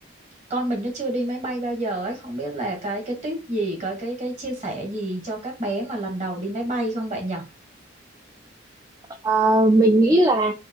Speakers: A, on the right (about 35°); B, on the right (about 15°).
A: con mình nó chưa đi máy bay bao giờ ấy không biết là cái cái tip gì cái cái cái chia sẻ gì cho các bé mà lần đầu đi máy bay không bạn nhỉ
B: Ờ, mình nghĩ là